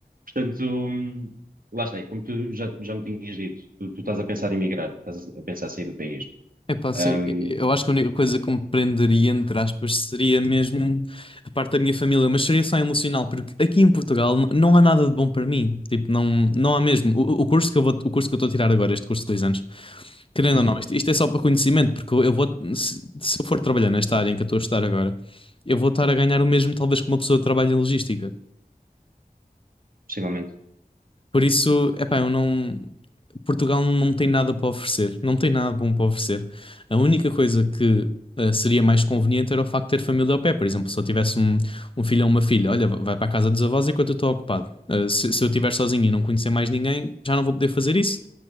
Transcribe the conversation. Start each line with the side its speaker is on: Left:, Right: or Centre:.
Right: Portanto, hum, lá está, e como tu já, já me tinhas dito, tu, tu estás a pensar em migrar, estás a, a pensar em sair do país.
Left: Epá, assim,
Right: Ahm,
Left: e- eu acho que a única coisa que me prenderia, entre aspas, seria mesmo a parte da minha família, mas seria só emocional, porque aqui em Portugal n- não há nada de bom para mim. Tipo, não, não há mesmo. O, o curso que eu vou, o curso que eu estou a tirar agora, este curso de dois anos, querendo
Right: uhum,
Left: ou não, isto, isto é só para conhecimento, porque eu eu vou, se, se eu for trabalhar nesta área em que eu estou a estudar agora, eu vou estar a ganhar o mesmo, talvez, que uma pessoa que trabalha em logística.
Right: possivelmente.
Left: Por isso, epá, eu não. Portugal não tem nada para oferecer, não tem nada bom para oferecer. A única coisa que eh, seria mais conveniente era o facto de ter família ao pé, por exemplo, se eu tivesse um, um filho ou uma filha, olha, vai para a casa dos avós enquanto eu estou ocupado. Eh, se, se eu estiver sozinho e não conhecer mais ninguém, já não vou poder fazer isso.